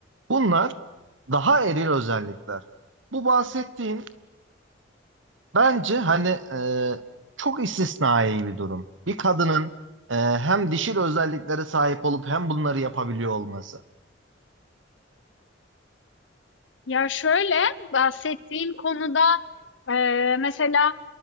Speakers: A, on the right; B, on the left.
A: Bunlar daha eril özellikler. Bu bahsettiğim bence hani e, çok istisnai bir durum. Bir kadının e, hem dişil özelliklere sahip olup hem bunları yapabiliyor olması.
B: Ya, şöyle, bahsettiğin konuda, eee, mesela,